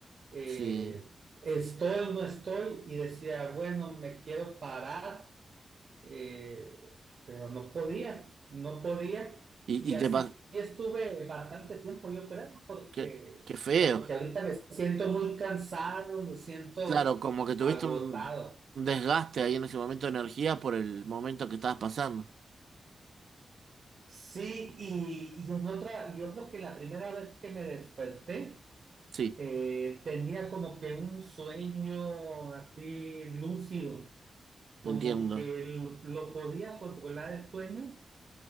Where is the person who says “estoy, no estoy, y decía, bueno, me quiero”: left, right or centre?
Right